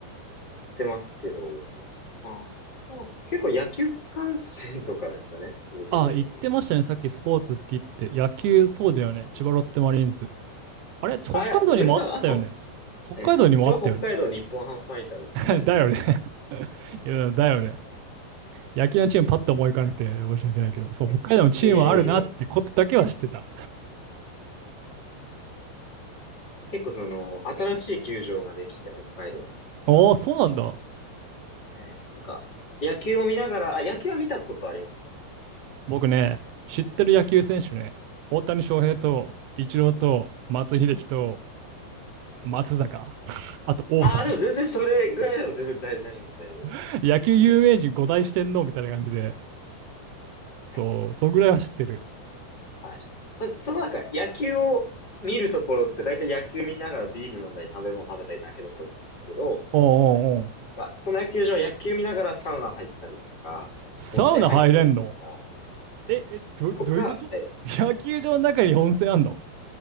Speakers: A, on the left; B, on the right.
A: ってますけど、まあ、でも結構野球観戦とかですかね、続けてるので言えば。
B: あ、言ってましたね。さっきスポーツ好きって。野球、そうだよね。千葉ロッテマリーンズ。あれ、北海道にもあったよね。
A: あ、いや、自分はあの、
B: 北海道にもあったよね。
A: ええ、自分は北海道日本ハムファイターズっていう、
B: <laughs> だよね。<laughs> いや、だよね。野球のチームパッと思い浮かなくて申し訳ないけど、そう、北海道のチームあるなってことだけは知ってた。
A: ええ、ええ結構その、新しい球場ができて北海道に。
B: おー、そうなんだ。
A: ええ、なんか、野球を見ながら、あ、野球は見たことありますか
B: 僕ね、知ってる野球選手ね、大谷翔平と、イチローと、松井秀喜と、松坂、<laughs> あと王さん、
A: ああ、でも全然それぐらいでも全然大、大丈夫です、大丈夫です。
B: <laughs> 野球有名人五大四天王みたいな感じで、
A: えはい
B: そう、そんぐらいは知ってる。
A: あ大丈夫です。まあ、その中、野球を見るところって大体野球見ながらビール飲んだり食べ物食べたりだけだと思うんですけど、
B: おうんうんうん。
A: が、その野球場は野球見ながらサウナ入ったりとか、
B: サウナ入れんの
A: 温泉入ったりとか、
B: え、え、ど、
A: とか、
B: どういうこと
A: え、
B: <laughs> 野球場の中に温泉あんの